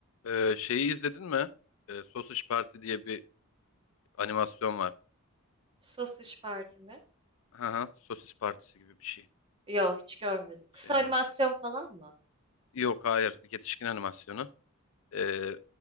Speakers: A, on the left; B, on the right.
A: Ee, şeyi izledin mi? Ee, Sausage Party diye bir animasyon var.
B: Sos İş Parti mi?
A: Aha, sosis partisi gibi bir şey.
B: Yok hiç görmedim. Kısa
A: Şey
B: animasyon
A: mi?
B: falan mı?
A: Yok hayır yetişkin animasyonu. Ee,